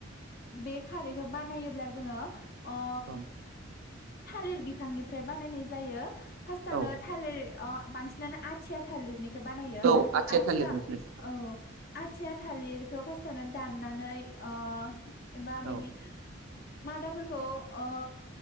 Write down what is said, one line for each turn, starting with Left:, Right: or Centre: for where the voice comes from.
Left: बे खारैखो बानायोब्ला जोङो ओ
Right: <inaudible>
Left: थालिर बिफांनिफ्राय बानायनाय जायो फास्टआवनो
Right: औ
Left: थालिर अ बांसिनानो आथिया थालिरनिखो बानायो
Right: औ
Left: आथिया
Right: थालिरनिफ्राय
Left: औ। आथिया थालिरखौ फास्टावनो दाननानै अ एबा
Right: औ
Left: बिनि मादाफोरखौ अ